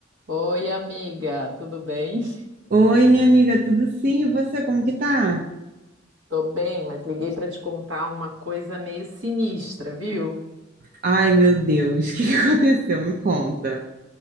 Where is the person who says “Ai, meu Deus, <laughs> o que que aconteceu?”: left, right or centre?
Right